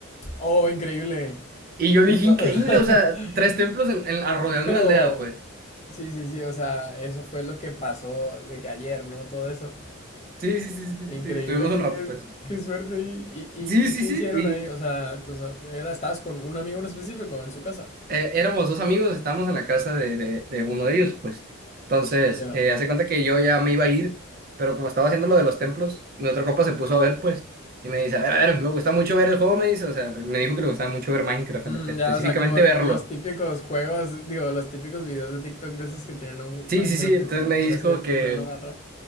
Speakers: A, on the left; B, on the right.
A: Oh, increíble.
B: Y yo
A: Y
B: dije,
A: to-
B: increíble,
A: <laughs>
B: o sea, tres templos en, en, ah, rodeando
A: Sí, Pero,
B: una aldea, pues.
A: sí, sí, sí, o sea, eso fue lo que pasó de que ayer, ¿no? Todo eso.
B: Sí, sí, sí, sí,
A: Increíble,
B: sí, estuvimos un rato,
A: qué, qué-
B: pues.
A: qué suerte. ¿Y, y,
B: Sí,
A: y-
B: sí,
A: y qué
B: sí,
A: hicieron
B: y
A: ahí? O sea, tú sa- era, ¿estabas con un amigo en específico en su casa?
B: eh, éramos dos amigos, estábamos en la casa de, de, de uno de ellos, pues. Entonces,
A: Ya.
B: eh, hace cuenta que yo ya me iba a ir, pero como estaba haciendo lo de los templos, mi otro compa se puso a ver, pues, y me dice, a ver, a ver, me gusta mucho ver el juego, me dice, o sea, me dijo que le gustaba mucho ver Minecraft,
A: Mm,
B: en- específicamente
A: ya, o sea, como los
B: verlo.
A: típicos juegos, digo, los típicos videos de TikTok de esos que tienen un
B: Sí,
A: Minecraft
B: sí, sí, entonces
A: de parkour
B: me dijo
A: así de fondo
B: que
A: de lo agarra.